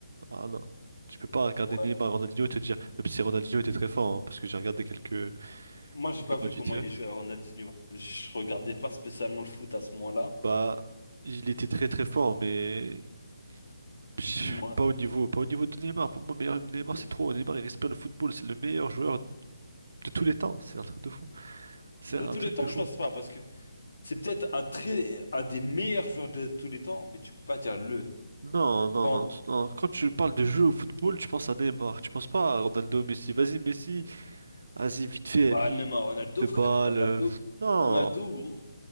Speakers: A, on the right; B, on the left.
A: Ah non. Tu peux pas regarder
B: ouais.
A: Neymar, Ronaldinho et te dire, même si Ronaldinho était très fort, hein, parce que j'ai regardé quelques,
B: Moi, j'ai
A: quelques
B: pas vu
A: matchs
B: comment
A: vite fait,
B: il jouait à Ronaldinho. Je regardais pas spécialement le foot à ce moment-là.
A: bah, il était très très fort, mais <laughs> pff,
B: Moi,
A: pas au niveau, pas au niveau de Neymar. Pour moi, meilleur Neymar,
B: ok.
A: c'est trop. Neymar, il respire le football, c'est le meilleur joueur de tous les temps. C'est un truc de fou. C'est
B: De
A: un
B: tous
A: truc
B: les temps,
A: de fou.
B: je pense pas, parce que c'est peut-être un très, un des meilleurs joueurs de tous les temps, mais tu peux pas dire le.
A: Non, non,
B: Quand,
A: non, non. Quand tu parles de jeu au football, tu penses à Neymar, tu penses pas à Ronaldo, Messi. Vas-y, Messi, vas-y, vite fait,
B: bah,
A: lui,
B: même à Ronaldo,
A: lui, de
B: frère.
A: balle.
B: Ronaldo,
A: Non.
B: Ronaldo, gros.